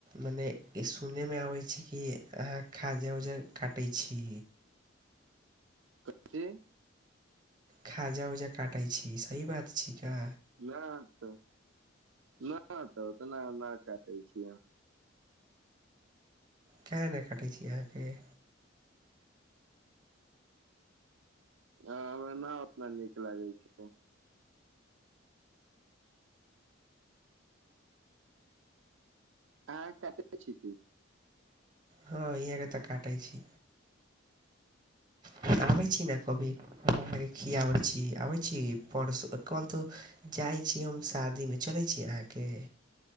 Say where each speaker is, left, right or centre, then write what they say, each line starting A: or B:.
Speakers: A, on the right (about 20°); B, on the right (about 75°).
A: मने सुनैमे आबै छै की अहाँ खाजा उजा काटै छी
B: कथि
A: खाजा उजा काटै छी सही बात छी का
B: ना तऽ न तऽ ओतना नहि काटै छियै
A: काहे न काटैय छी अहाँकेँ
B: हँ हमरा न ओतना नीक लागे छै हँ काटैय छि की
A: हँ इहाँ के तऽ काटै छी तऽ आबै छी ने कभी हमरा सके खियाबै छी आबै छी परस कहल तऽ जाइ छी हम शादीमे चलैत छी अहाँके